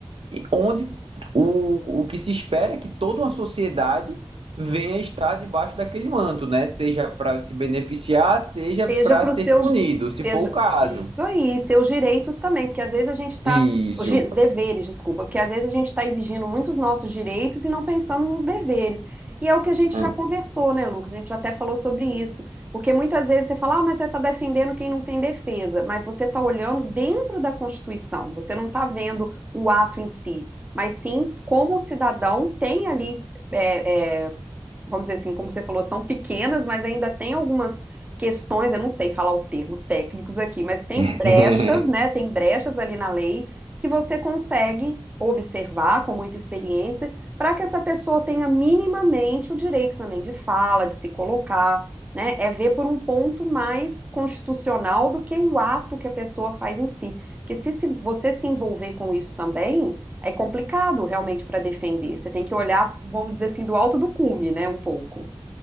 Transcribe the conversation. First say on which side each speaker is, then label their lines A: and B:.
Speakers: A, on the right; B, on the right.
A: e onde o, o que se espera é que toda uma sociedade venha estar debaixo daquele manto, né? Seja para se beneficiar, seja
B: Seja
A: para
B: para
A: ser
B: os seus,
A: punido, se for
B: seja-
A: o caso.
B: é isso aí, seus direitos também, porque às vezes a gente está,
A: Isso.
B: os, di- os deveres, desculpa, porque às vezes a gente está exigindo muitos nossos direitos e não pensamos nos deveres. E é o que a gente
A: É.
B: já conversou, né, Lucas? A gente já até falou sobre isso. Porque muitas vezes você fala, ah, mas você está defendendo quem não tem defesa, mas você está olhando dentro da Constituição, você não está vendo o ato em si, mas sim como o cidadão tem ali. é, é, vamos dizer assim, como você falou, são pequenas, mas ainda tem algumas questões, eu não sei falar os termos técnicos aqui, mas tem
A: <laughs>
B: brechas, né? Tem brechas ali na lei que você consegue observar com muita experiência para que essa pessoa tenha minimamente o direito também de fala, de se colocar, né? É ver por um ponto mais constitucional do que o ato que a pessoa faz em si. Porque se, se você se envolver com isso também é complicado realmente para defender. Você tem que olhar, vamos dizer assim, do alto do cume, né, um pouco.